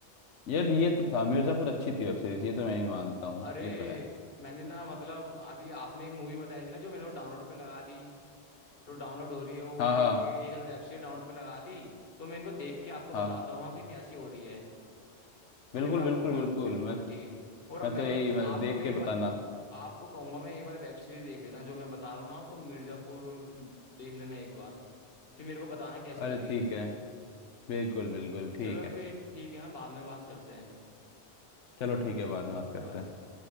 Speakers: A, on the left; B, on the left.
A: यार ये तो था मिर्ज़ापुर अच्छी थी वेब सीरीज ये तो मैं ही मानता हूँ
B: अरे
A: ये तो है
B: मैंने ना मतलब अभी आपने एक मूवी बताई थी ना जो मैंने वो डाउनलोड पे लगा दी तो डाउनलोड हो रही है वो
A: हाँ
B: मैंने
A: हाँ
B: एक एक एक आध वेब सीरीज डाउनलोड पे लगा दी तो मैं इनको देख के आपको बताता
A: हाँ
B: हूँ हाँ, फिर कैसी हो रही है
A: बिल्कुल
B: फिर मैं आपको
A: बिल्कुल
B: हाँ
A: बिल्कुल
B: बिल्कुल
A: मैं
B: ठीक और अब
A: मैं
B: मैं
A: तो यही
B: क्या
A: मैं
B: आपको
A: देख
B: भी
A: के
B: एक बार
A: बताना
B: आपको कहूंगा मैं एक बार वेब सीरीज देख लेना जो मैं बता रहा हूँ ना आपको मिर्जापुर देख लेना एक बार फिर मेरे को बताना कैसी
A: अरे
B: लगी
A: ठीक है बिल्कुल बिल्कुल ठीक
B: चलो
A: है
B: फिर ठीक है हाँ बाद में बात करते हैं
A: चलो ठीक है बाद में बात करते
B: बाय
A: हैं